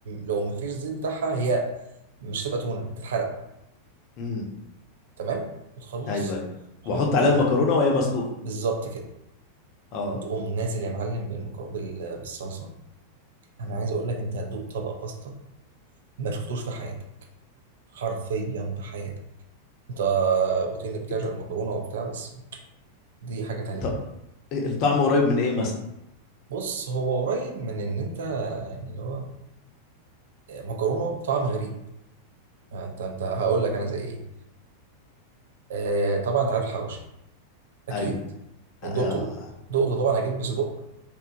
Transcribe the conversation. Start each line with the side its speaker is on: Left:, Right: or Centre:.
Right: لو ما فيش زيت بتاعها هي مش هتبقى تونه هتتحرق
Left: امم
Right: تمام وتخلص
Left: ايوه ايوه
Right: حط
Left: واحط عليها
Right: هي
Left: المكرونه وهي مسلوقه
Right: بالظبط كده
Left: اه
Right: وتقوم نازل يا معلم بالمكو... بال... بالصلصه انا
Left: مم.
Right: عايز اقول لك انت هتدوق طبق باستا ما شفتوش في حياتك حرفيا في حياتك انت قلت لي انك بتعشق
Left: إت-
Right: المكرونه وبتاع بس دي حاجه تانية
Left: طب الطعم قريب من ايه مثلا
Right: بص هو قريب من ان انت يعني اللي هو مكرونه بطعم غريب آه، انت انت هقول لك انا زي ايه آه طبعا انت عارف الحواوشي اكيد
Left: ايوه اه
Right: دقته
Left: اه
Right: دقته طبعا اكيد بصدق